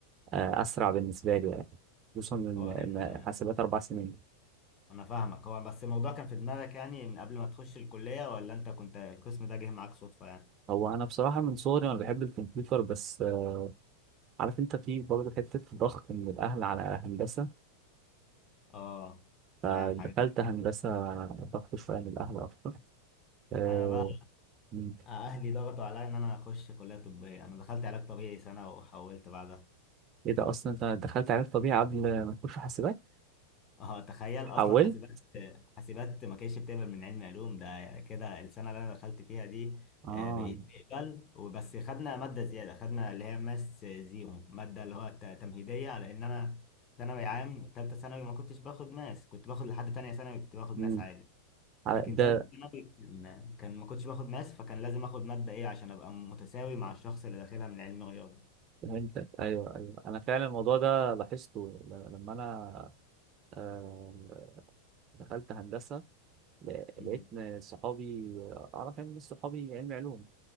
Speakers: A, on the right; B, on the left.
A: آه، اسرع بالنسبه لي يعني خصوصا ان
B: <laughs> هو
A: إن
B: كان
A: حاسبات اربع سنين
B: أنا فاهمك هو بس الموضوع كان في دماغك يعني من قبل ما تخش الكلية ولا أنت كنت القسم ده جه معاك صدفة يعني؟
A: هو انا بصراحه من صغري انا بحب الكمبيوتر بس آه، عارف انت في برضه حته ضغط من الاهل على هندسه
B: آه
A: فدخلت
B: فاهم حاجة زي
A: هندسه
B: كده
A: ضغط شويه من الاهل اكتر آه،
B: أنا بقى
A: مم.
B: أهلي ضغطوا عليا إن أنا أخش كلية طبية أنا دخلت علاج طبيعي سنة وحولت بعدها
A: ايه ده اصلا انت دخلت علم طبيعي قبل ما تخش حاسبات
B: اه تخيل اصلا
A: حولت
B: حاسبات حاسبات ما كانتش بتقبل من علم علوم ده كده السنه اللي انا دخلت فيها دي
A: اه
B: آه، بقيت تقبل وبس خدنا ماده زياده خدنا اللي هي ماس زيرو ماده اللي هو ت- تمهيديه على ان انا ثانوي عام ثالثه ثانوي ما كنتش باخد ماس كنت باخد لحد تانية ثانوي كنت باخد
A: مم.
B: ماس عادي
A: على-
B: لكن
A: ده
B: ثالثه ثانوي كان كان ما كنتش باخد ماس فكان لازم اخد ماده ايه عشان ابقى متساوي مع الشخص اللي داخلها من علم رياضه
A: فهمتك ايوه ايوه انا فعلا الموضوع ده لاحظته ل- لما انا آه، دخلت هندسه ل-
B: مم.
A: لقيت إن صحابي اعرف يعني ناس صحابي علمي علوم